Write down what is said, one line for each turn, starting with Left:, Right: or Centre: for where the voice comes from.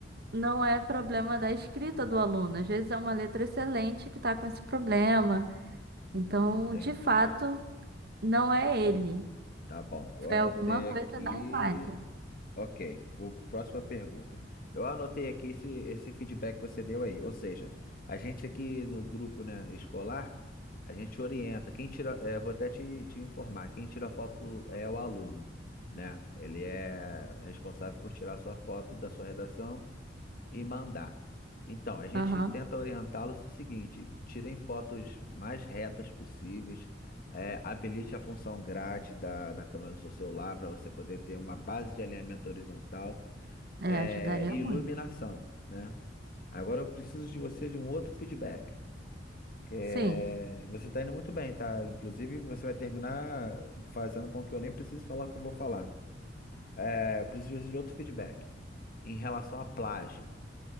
Right: não é problema da escrita do aluno. Às vezes é uma letra excelente que está com esse problema.
Left: hum,
Right: Então,
Left: Entendi.
Right: de fato, não é ele.
Left: Tá bom. Eu
Right: Foi
Left: anotei
Right: alguma coisa
Left: aqui.
Right: na imagem.
Left: Ok, vou para a próxima pergunta. Eu anotei aqui esse, esse feedback que você deu aí. Ou seja, a gente aqui no grupo, né, escolar, a gente orienta. Quem tira, eh, vou até te, te informar, quem tira foto é o aluno, né? Ele é responsável por tirar sua foto da sua redação e mandar. Então, a gente
Right: Aham.
Left: tenta orientá-los o seguinte: tirem fotos mais retas possíveis, é, habilite a função grade da, da câmera do seu celular para você poder ter uma base de alinhamento horizontal,
Right: É,
Left: é,
Right: ajudaria
Left: e
Right: muito.
Left: iluminação, né? Agora eu preciso de você de um outro feedback. Que é...
Right: Sim.
Left: Você está indo muito bem, tá? Inclusive, você vai terminar fazendo com que eu nem precise falar o que eu vou falar. É, eu preciso de você de outro feedback em relação à plágio